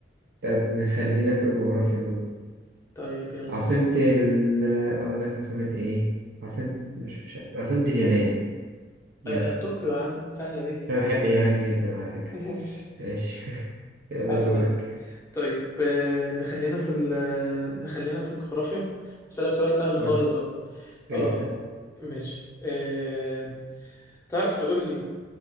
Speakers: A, on the right; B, on the left.
A: طب نخلينا في الجغرافيا برضه
B: طيب يلا
A: عاصمة
B: بينا
A: ال اقول لك عاصمة ايه عاصمة مش مش عاصمة اليابان يلا
B: آه، طوكيو يا عم سهلة دي
A: انا بحب اليابان جدا على فكرة
B: <laughs> ماشي
A: ماشي <laughs> يلا
B: حلو
A: دورك
B: ده طيب آه، نخلينا في ال آه، نخلينا في الجغرافيا بسألك سؤال سهل
A: برضه
B: خالص بقى
A: اسأل
B: اه آه، ماشي آه، تعرف تقول لي